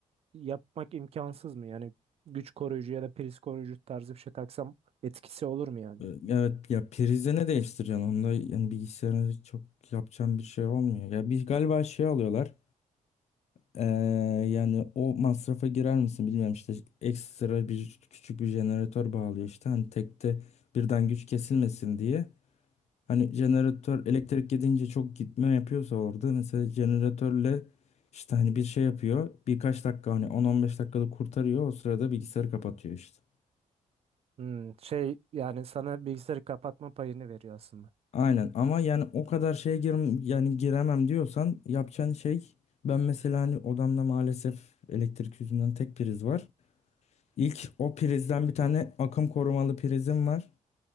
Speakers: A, on the right (about 45°); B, on the left (about 55°).
A: yapmak imkansız mı? Yani güç koruyucu ya da priz koruyucu tarzı bir şey taksam etkisi olur mu yani?
B: Ee, Evet ya prize ne değiştireceksin? Onda yani bilgisayarına çok yapacağım bir şey olmuyor. Ya bir galiba şey alıyorlar. Ee, yani o masrafa girer misin bilmiyorum işte ekstra bir küçük bir jeneratör bağlıyor işte hani tekte birden güç kesilmesin diye. Hani jeneratör elektrik gidince çok gitme yapıyorsa orada mesela jeneratörle işte hani bir şey yapıyor birkaç dakika hani 10-15 dakikalık kurtarıyor o sırada bilgisayarı kapatıyor işte.
A: Hmm, şey yani sana bilgisayarı kapatma payını veriyor aslında.
B: Aynen ama yani o kadar şeye gir yani giremem diyorsan yapacağın şey ben mesela hani odamda maalesef elektrik yüzünden tek priz var. İlk o prizden bir tane akım korumalı prizim var.